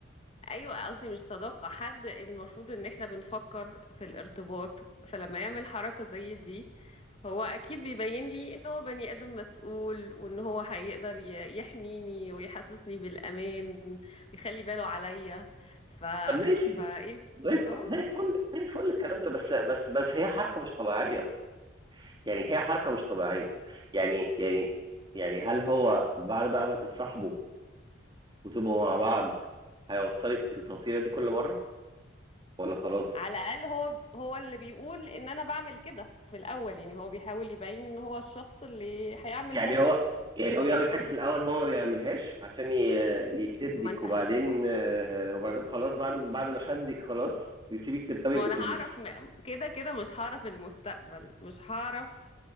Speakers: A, on the left; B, on the right.
A: ايوه قصدي مش صداقة حد المفروض ان احنا بنفكر في الارتباط فلما يعمل حركة زي دي هو اكيد بيبين لي ان هو بني ادم مسؤول وان هو هيقدر ي- يحميني ويحسسني بالامان ويخلي باله عليا ف
B: طب ماشي
A: فايه
B: زي الفل
A: اه
B: زي الفل زي الفل الكلام ده بس بس بس هي حركه مش طبيعيه يعني هي حركه مش طبيعيه يعني يعني يعني هل هو بعد بقى ما تتصاحبوا وتبقوا مع بعض هيوصلك التوصيلة دي كل مرة ولا خلاص
A: على الاقل هو هو اللي بيقول ان انا بعمل كده في الاول يعني هو بيحاول يبين ان هو الشخص اللي هيعمل
B: يعني
A: ده
B: هو يعني هو يعمل حاجة في الأول هو ما بيعملهاش عشان ي- يشدك
A: ما انت
B: وبعدين آه، وبعدين خلاص بعد بعد ما شدك خلاص يسيبك
A: <laughs>
B: تركبي
A: ما
B: الأتوبيس
A: انا هعرف م- كده كده مش هعرف المستقبل مش هعرف